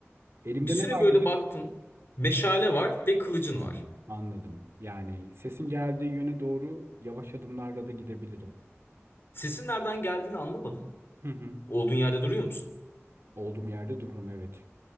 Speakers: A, on the right; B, on the left.
A: Elimde
B: Bir süre
A: ne var
B: böyle
A: dedim.
B: baktın. Meşale var ve kılıcın
A: Ha,
B: var.
A: anladım. Yani sesin geldiği yöne doğru yavaş adımlarla da gidebilirim.
B: Sesin nereden geldiğini anlamadın.
A: Hı hı.
B: Olduğun yerde duruyor musun?
A: Olduğum yerde dururum evet.